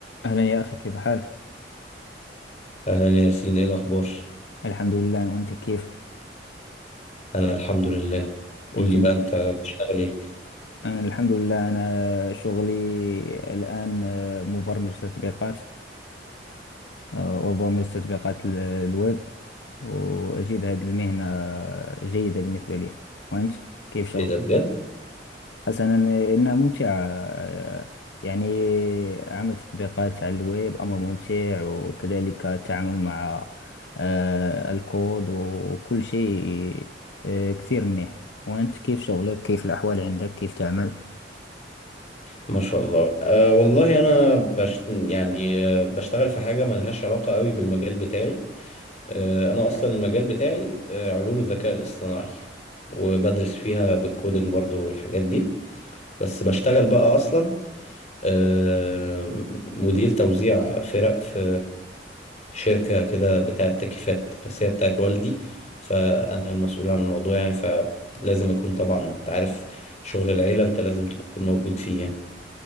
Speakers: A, on the left; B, on the left.
A: أهلا يا أخي كيف حالك؟
B: أهلا ياسين إيه الأخبار؟
A: الحمد لله وأنت كيفك؟
B: أنا الحمد لله قول
A: أنت
B: لي بقى أنت بتشتغل إيه؟
A: أنا الحمد لله أنا شغلي الآن آه، مبرمج تطبيقات آه، وبرمج تطبيقات ال- الويب وأجد هذه المهنة جيدة بالنسبة لي وأنت كيف شغلك؟
B: إيه ده بجد؟
A: حسنا إنه ممتع آه، يعني عمل تطبيقات على الويب أمر ممتع وكذلك التعامل مع آه، الكود وكل شيء آه، كثير منيح وأنت كيف شغلك كيف الأحوال عندك كيف تعمل
B: ما شاء الله أه والله أنا بشت... يعني آه، بشتغل في حاجة ملهاش علاقة قوي بالمجال بتاعي أه أنا أصلا المجال بتاعي أه علوم الذكاء الاصطناعي وبدرس فيها بالكودينج برضو والحاجات دي بس بشتغل بقى أصلا آم، مدير توزيع فرق في شركة كده بتاعت تكييفات بس هي بتاعت والدي فأنا المسؤول عن الموضوع يعني فلازم أكون طبعا أنت عارف شغل العيلة أنت لازم تكون موجود فيه يعني